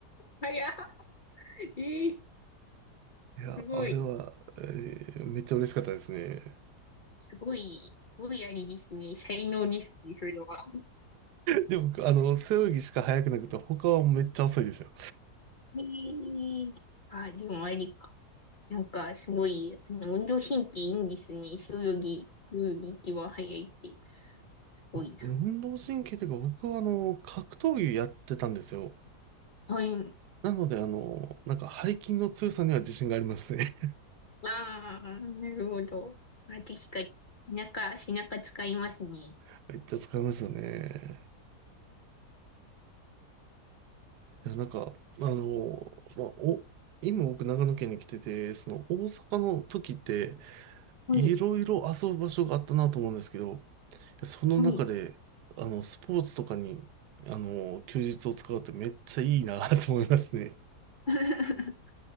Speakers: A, on the left (about 50°); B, on the right (about 85°).
A: 早っ。ええ
B: いや、
A: すごい。
B: あれは、えーめっちゃ嬉しかったですね。
A: すごい、すごいあれですね。才能ですね、それは。
B: で、僕、あの、背泳ぎしか速くなくて、他はめっちゃ遅いですよ。
A: ええあ、でもありか。なんかすごい、あの、運動神経いいんですね。背泳ぎ、泳ぎ一番早いって、すごいな。
B: あ、運動神経というか、僕は、あの、格闘技やってたんですよ。
A: はい。
B: なので、あの、なんか、背筋の強さには自信がありますね。
A: ああ、なるほど。あ、確かに。背中、背中使いますね。
B: <laughs> めっちゃ使いますよね。いや、なんか、あの、まあ、お、今僕長野県に来てて、その大阪の時って、
A: はい。
B: いろいろ遊ぶ場所があったなと思うんですけど、その中で、
A: はい
B: あの、スポーツとかに、あの、休日を使うってめっちゃいいな <laughs> と思いますね。
A: <laughs>